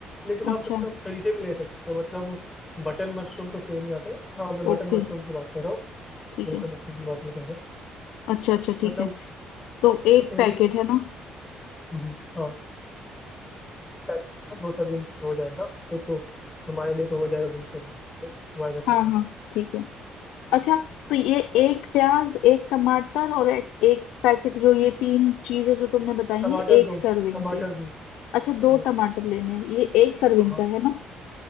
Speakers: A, on the left; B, on the left.
A: लेकिन
B: अच्छा
A: आप मतलब कहीं से भी ले सकते हो मतलब बटन मशरूम तो सेम ही आता है हाँ मैं बटन
B: ओके
A: मशरूम की बात कर रहा हूँ
B: ठीक
A: और
B: है
A: कोई मशरूम की बात नहीं कर रहा
B: अच्छा अच्छा
A: मतलब
B: ठीक है तो एक
A: वो सेम
B: पैकेट
A: ही चीज़ होती
B: है ना
A: है। हम्म, हाँ पैकेज तो दो सर्विंग के हो जाएगा तो तो तुम्हारे लिए तो हो जाएगा दो सर्विंग के लिए, तुम्हारे घर पे
B: हाँ
A: तो
B: हाँ
A: हो जाएगा
B: ठीक है अच्छा तो ये एक प्याज एक टमाटर और एक, एक पैकेट जो ये तीन चीजें जो तुमने बताई
A: टमाटर
B: है एक
A: दो
B: सर्विंग
A: टमाटर
B: के
A: दो
B: अच्छा
A: टमाटर
B: दो
A: दो
B: टमाटर लेने हैं ये एक सर्विंग
A: हाँ हाँ
B: का है ना